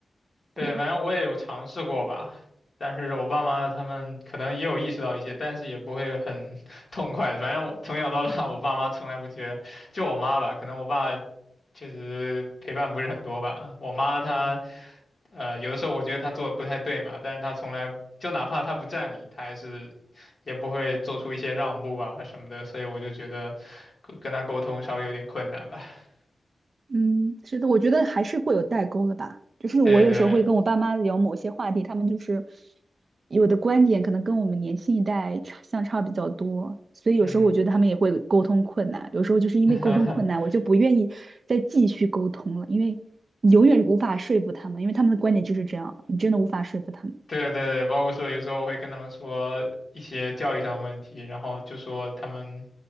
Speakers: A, on the left; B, on the right.
A: 对，
B: 对。
A: 反正我也有尝试过吧，但是我爸妈他们可能也有意识到一些，但是也不会很 <laughs> 痛快的。反正我从小到大，我爸妈从来不觉得，就我妈吧，可能我爸确实陪伴不是很多吧。我妈她呃，有的时候我觉得她做的不太对嘛，但是她从来就哪怕她不占理，她还是也不会做出一些让步啊什么的，所以我就觉得跟跟她沟通稍微有点困难吧。<laughs>
B: 嗯，是的，我觉得还是会有代沟了吧。就是我有时候会跟我爸妈聊某些话题，
A: 对对，
B: 他们就是有的观点可能跟我们年轻一代差相差比较多，所以有时候我觉得他们也会沟通困难。
A: 嗯。
B: 有时候就是因为沟通困难，
A: <laughs>
B: 我就不愿意再继续沟通了，因为你永远无法说服他们，因为他们的观点就是这样，你真的无法说服他们。
A: 对对对，包括说有时候我会跟他们说一些教育上的问题，然后就说他们